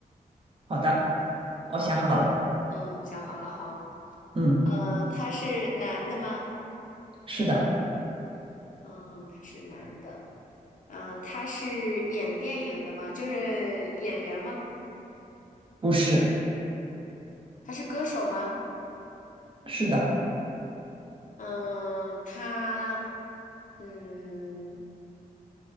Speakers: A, on the right (about 35°); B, on the left (about 60°).
A: 好的，
B: <laughs>
A: 我想好了。
B: 啊，嗯，想好了哈。
A: 嗯，
B: 嗯、他是男的吗？
A: 是的，
B: 嗯，他是男的。嗯、他是演电影的吗？就是演员吗？
A: 不是，
B: 他是歌手吗？
A: 是的，
B: 嗯，他。嗯嗯